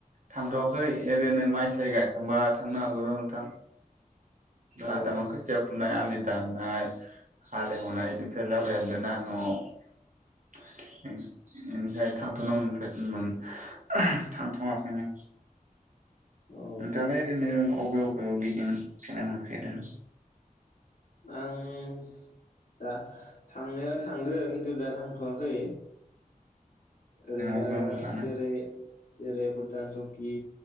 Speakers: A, on the right; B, on the left.
A: थांथवाखै ओरैनो माइ साय गायखांबा थांनो हागौ र नोंथां। <unintelligible>
B: अ
A: खोथिया फुनाय आलि दाननाय हालेवनाय बिदियाजाबाय हादोना आं नआव इनिखाइ थांथनो मोनाखै थांथवाखैनो
B: अ
A: नोंथाङालाइ ओरैनो अबे अबे गिदिंफेरनो मोनफेरदों?
B: आं दा थांनाया थांदो किनटु दा थवाखै ओरैनो
A: अबे अबे जानो
B: जेरै जेरै बुतान जुखि